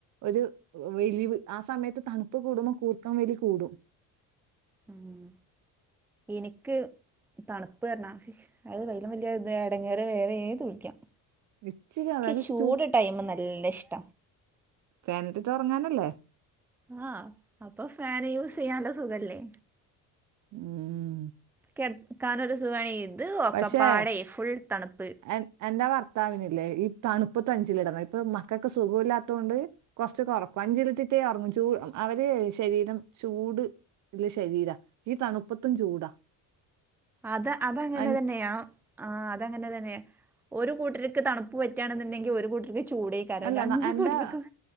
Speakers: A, on the right; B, in the centre.
A: ഒരു വലിവ് ആ സമയത്ത് തണുപ്പ് കൂടുമ്പോൾ കൂർക്കം വലി കൂടും
B: ഉം എനിക്ക് തണുപ്പ് പറഞ്ഞ ഇശ് അയ്ലും വലിയ ഇത് എടങ്ങേറ് വേറെ ഏതുല്യാ
A: ഇച്ചിരി അതായത്
B: ക്ക് ചൂട് ടൈമ് നല്ല ഇഷ്ട
A: ഫാനിട്ടിട്ട്റങ്ങാനല്ലേ
B: ആഹ് അപ്പൊ ഫാന് യൂസ് ചെയ്യാണ്ട് സുഖല്ലേ
A: ഉം
B: കിടക്കാനൊരു സുഖയ്ന് ഇത് ഒക്ക
A: പക്ഷേ
B: പാട ഫുൾ തണുപ്പ്
A: എൻ എന്റെ ഭർത്താവിനല്ലേ ഈ തണുപ്പത്ത അഞ്ചിലിടണം ഇപ്പൊ മക്കൾക്ക് സുഖമില്ലാത്ത കൊണ്ട് കൊറച്ചൊക്കെ കൊറക്കും അഞ്ചിലിറ്റിറ്റേ ഉറങ്ങും ചൂ അവരെ ശരീരം ചൂട് ടുള്ള ശരീരം ഈ തണുപ്പത്തും ചൂടാ
B: അത് അതങ്ങനെ
A: അൻ
B: തന്നെയാ ആ അതങ്ങനെ തന്നെ ഒരു കൂട്ടർക്ക് തണുപ്പ് പറ്റുകാണെന്നുണ്ടെങ്കിൽ ഒരു കൂട്ടർക്ക് ചൂട യ്കാരം
A: അല്ല
B: രണ്ടു
A: ന എന്റെ
B: കൂട്ടർക്കും